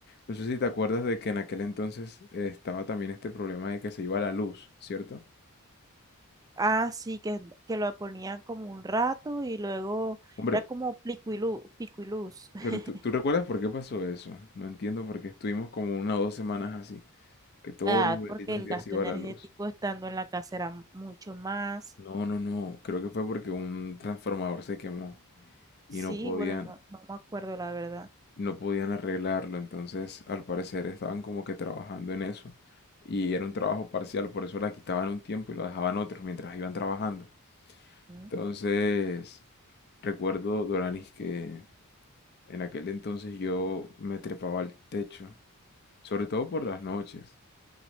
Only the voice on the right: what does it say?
Ah, sí, que, que lo ponían como un rato y luego
era como pico y luz, pico y luz. <laughs>
Ah,
porque el
gasto
energético
estando en la casa era m- mucho más.
Sí,
bueno, no, no me acuerdo la verdad.
Ujú.